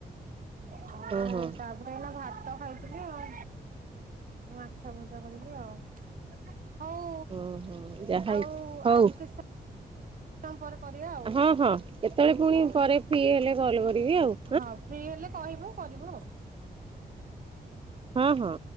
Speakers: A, on the right; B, on the right.
A: ଆଉ
B: ହଁ ହଁ
A: ତାପରେ ଏଇନା ଭାତ ଖାଇଥିଲି ଆଉ। ଏ ମାଛ ମଜା କରିକି ଆଉ। ହଉ
B: ହଁ ହଁ ଯାହା ହେଇଛି
A: ଆଉ
B: ହଉ।
A: ଆଉ କି ସ ମ ପରେ କରିବା ଆଉ
B: ହଁ ହଁ କେତେବେଳେ ପୁଣି
A: ହଉ
B: ପରେ ଫ୍ରି ହେଲେ କଲ କରିବି ଆଉ।
A: ହଁ ଫ୍ରି ହେଲେ କହିବୁ କରିବୁ ଆଉ।
B: ହଁ ହଁ।